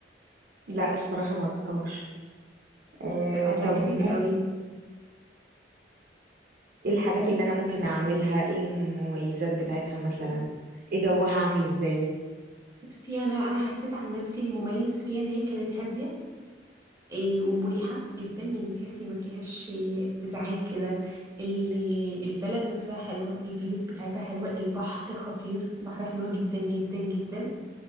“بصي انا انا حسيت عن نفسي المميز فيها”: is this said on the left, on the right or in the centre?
Right